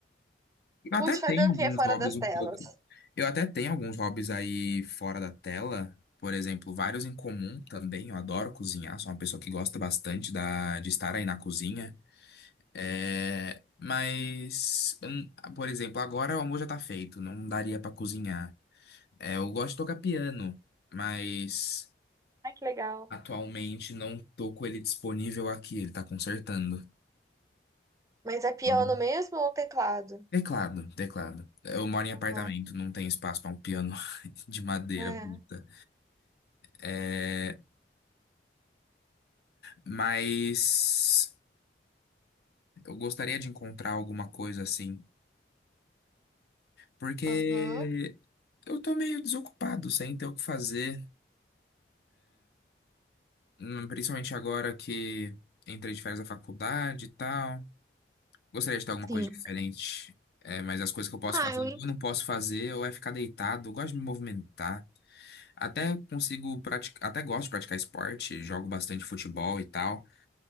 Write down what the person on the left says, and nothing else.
Eu
até tenho
alguns
hobbies
um
pouco. Eu até tenho alguns hobbies aí fora da tela. Por exemplo, vários em comum também. Eu adoro cozinhar, sou uma pessoa que gosta bastante da, de estar aí na cozinha. É, mas, hum, por exemplo, agora o almoço já tá feito, não daria pra cozinhar. É, eu gosto de tocar piano, mas.
Atualmente não tô com ele disponível aqui, ele tá consertando.
Então,
Teclado, teclado. Eu moro em
apartamento, não tem espaço para um piano <laughs> de madeira
bruta. É, mas eu gostaria de encontrar alguma coisa assim, porque
eu tô meio desocupado, sem ter o que fazer, hum, principalmente agora que entrei de férias da faculdade e tal. Gostaria de ter alguma
coisa diferente. É, mas as coisas que eu posso
fazer,
ou eu não posso fazer, ou é ficar deitado. Eu gosto de me movimentar. Até consigo praticar, até gosto de praticar esporte, jogo bastante futebol e tal.